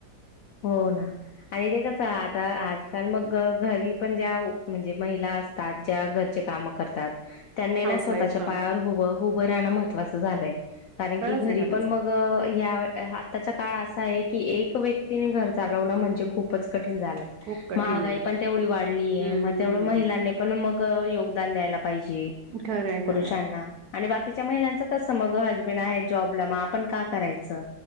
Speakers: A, on the left; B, on the right.
A: हो ना आणि ते कसं आता आजकाल मग घरी पण ज्या म्हणजे महिला असतात ज्या घरचे कामं करतात त्यांनी
B: हाऊस
A: ना स्वतःच्या
B: वाईफ हा
A: पायावर उभं उभं राहणं महत्वाचं झालंय. कारण
B: खरंच
A: की घरी
B: आहे खरंच
A: पण मग
B: आहे
A: या आताच्या काळ असा आहे की एक व्यक्ती क्तीने घर चालवलं म्हणजे खूपच कठीण झालं.
B: खूप कठीण
A: महागाई
B: आहे.
A: पण तेवढी वाढलीये
B: हम्म
A: मग तेवढ महिलांनी पण मग योगदान द्यायला पाहिजे
B: खरंय
A: पुरुषांना
B: खरंय
A: आणि बाकीच्या महिलांचं कस मग हसबेंड आहे जॉबला मग आपण का करायचं?